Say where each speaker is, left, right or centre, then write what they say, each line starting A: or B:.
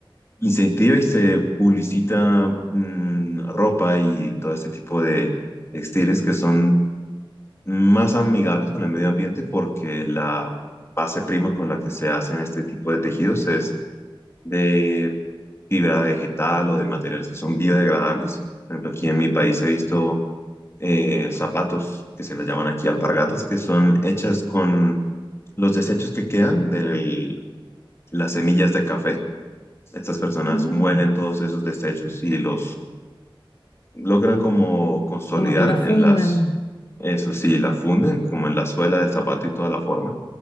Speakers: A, on the left; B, on the left.
A: incentiva y se publicita mm, ropa y todo este tipo de textiles que son más amigables con el medio ambiente porque la base prima con la que se hacen este tipo de tejidos es de fibra vegetal o de materiales que son biodegradables. Por ejemplo, aquí en mi país he visto eh, zapatos que se les llaman aquí alpargatas que son hechas con los desechos que quedan de las semillas de café. Estas personas
B: Ah,
A: muelen todos esos desechos y los logran como consolidar
B: Como que lo funden.
A: en las, eso sí, la funden como en la suela del zapato y toda la forma.